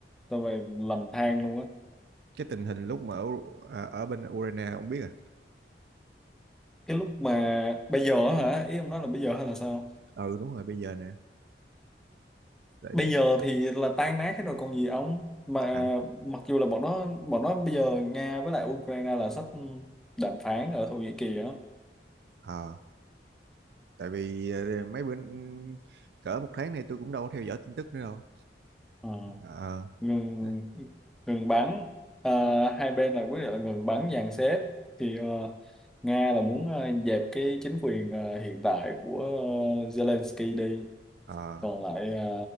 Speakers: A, in the centre; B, on the right (about 65°).
A: xong rồi lầm than luôn á.
B: cái tình hình lúc mà ở, ờ, ở bên Ukraine không biết à?
A: Cái lúc mà bây giờ á hả, ý ông nói là bây giờ hay là sao?
B: Ừ đúng rồi bây giờ nè. Tại
A: bây giờ thì là tan nát hết rồi còn gì ông mà
B: à,
A: mặc dù là bọn nó bọn nó bây giờ Nga với lại Ukraine là sắp đàm phán ở Thổ Nhĩ Kỳ á
B: ờ, tại vì ờ, mấy bữa ừ, cỡ một tháng nay tôi cũng đâu có theo dõi tin tức nữa đâu.
A: Ờ,
B: Ờ,
A: ngừng
B: đấy.
A: ngừng bắn Ờ, hai bên là quyết định là ngừng bắn dàn xếp thì ờ, Nga là muốn ờ, dẹp cái chính quyền ờ, hiện tại của ờ, Zelensky đi
B: Ờ,
A: còn lại ờ,